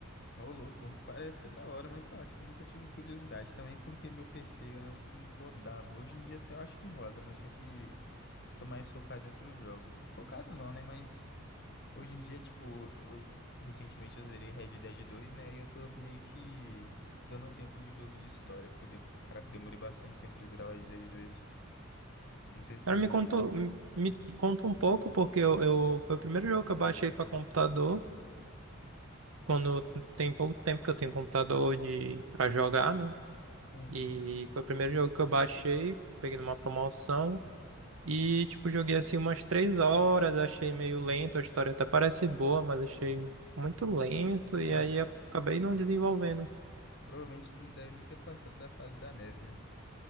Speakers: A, on the left (about 50°); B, on the right (about 70°).
A: ô, louco, parece ser da hora, mas sei lá, tipo, nunca tive curiosidade também, porque meu PC antes não rodava. Hoje em dia até eu acho que roda, mas só que tô mais focado em outros jogos. Focado não, né, mas... Hoje em dia, tipo, eu- recentemente eu zerei Red Dead 2, né? E eu tô meio que dando um tempo de jogo de história, porque, eu de... caraca, eu demorei bastante tempo pra zerar o Red Dead 2. Não sei se
B: Cara,
A: tu já
B: me
A: jogou.
B: conta, me me conta um pouco, porque eu, eu- foi o primeiro jogo que eu baixei para computador, quando tem pouco tempo que eu tenho computador de para jogar, né?
A: Uhum.
B: E foi o primeiro jogo que eu baixei, peguei numa promoção. E, tipo, joguei assim umas três horas, achei meio lento, a história até parece boa, mas achei muito lento, e
A: Ah,
B: aí acabei não desenvolvendo.
A: provavelmente tu não deve nem ter passado da fase da neve, né?